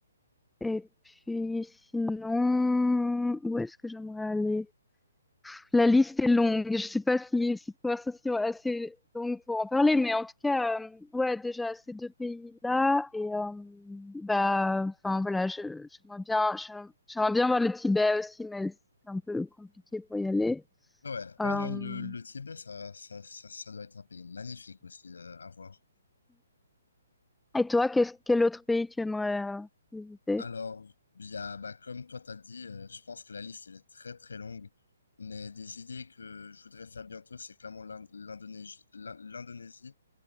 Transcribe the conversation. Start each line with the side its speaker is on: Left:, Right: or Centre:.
Centre: Et puis sinon, où est-ce que j'aimerais aller? La liste est longue. Je sais pas si cette conversation est assez longue pour en parler, mais en tout cas, euh, ouais, déjà ces deux pays-là et euh, bah, enfin voilà, je- j'aimerais bien, j'aimerais j'aimerais bien voir le Tibet aussi, mais c'est un peu compliqué pour y aller.
Left: Ouais,
Centre: Euh,
Left: ouais, non, le, le Tibet, ça, ça, ça, ça doit être un pays magnifique aussi euh, à voir.
Centre: et toi, qu'est-ce, quel autre pays tu aimerais euh, visiter?
Left: Alors, il y a, bah, comme toi t'as dit, euh, je pense que la liste elle est très très longue, mais des idées que je voudrais faire bientôt, c'est clairement l'Ind- l'Indonésie, l'In- l'Indonésie